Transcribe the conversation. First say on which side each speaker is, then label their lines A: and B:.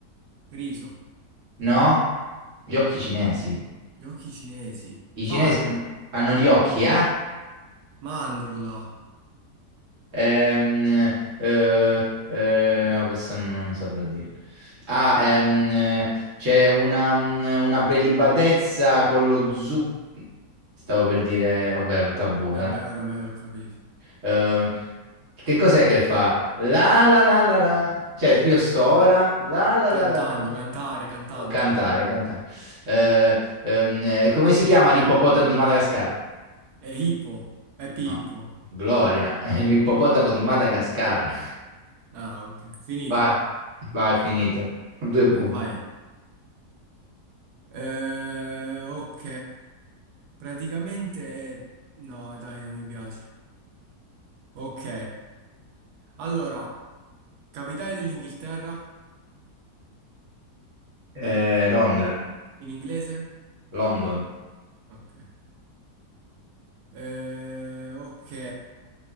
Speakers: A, on the right; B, on the right.
A: riso,
B: no? Gli occhi cinesi.
A: giochi cinesi,
B: I
A: farro,
B: cinesi hanno hanno gli occhi, eh?
A: mandorla.
B: Ehm, eh, eh, no, questo non, non saprò dire. Ah, ehm, eh, c'è una, mm, una prelibatezza con lo zucchero. Stavo per dire, vabbè, un tabù, dai.
A: Eh beh, oramai l'ho capito.
B: Ehm, che cos'è che fa? La la la la la. Cioè, io sto ora. La la
A: Cantando,
B: la la la.
A: cantare, cantante.
B: Cantare, cantare. Eh, ehm, eh, come si chiama l'ippopotamo di Madagascar?
A: E hippo, e pippo.
B: No. Gloria, <laughs> è l'ippopotamo di Madagascar.
A: Ah, ok. Finito?
B: Vai, vai, è finito. <laughs> Due
A: Tocca a
B: punti.
A: me, vai. Eh, ok, praticamente no, dai, non mi piace. Ok, allora, capitale dell'Inghilterra
B: Eh, Londra,
A: in inglese?
B: London,
A: Ok. Eh, ok,